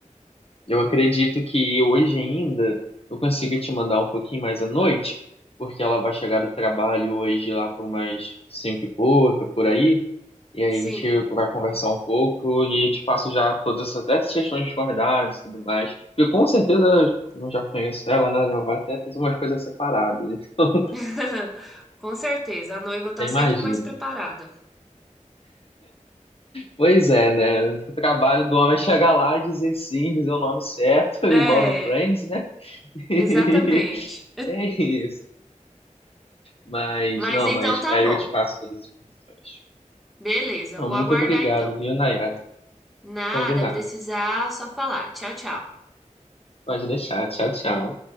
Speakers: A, on the left; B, in the centre.
A: eu acredito que hoje ainda eu consigo te mandar um pouquinho mais à noite, porque ela vai chegar do trabalho hoje lá por umas cinco e pouca, por aí, e aí
B: Sim.
A: a gente vai conversar um pouco e eu te passo já todas essas, até essas questões de convidados e tudo mais. Porque com certeza eu já conheço ela, né? Já vai até ter umas coisas separadas, <laughs> então
B: <laughs> Com certeza, a noiva
A: eu
B: está
A: até imagino.
B: sempre mais preparada.
A: Pois é, né? O trabalho do homem é chegar lá e dizer sim, dizer o nome certo, <laughs> igual
B: É,
A: no Friends, né? <laughs>
B: exatamente.
A: E é isso. Mas,
B: Mas
A: não,
B: então
A: mas
B: tá
A: aí
B: bom.
A: eu te passo todas as informações.
B: Beleza,
A: Não,
B: vou
A: muito
B: aguardar
A: obrigado,
B: então.
A: viu, Nayara?
B: Nada,
A: Combinado.
B: precisar, só falar. Tchau, tchau.
A: Pode deixar. Tchau, tchau.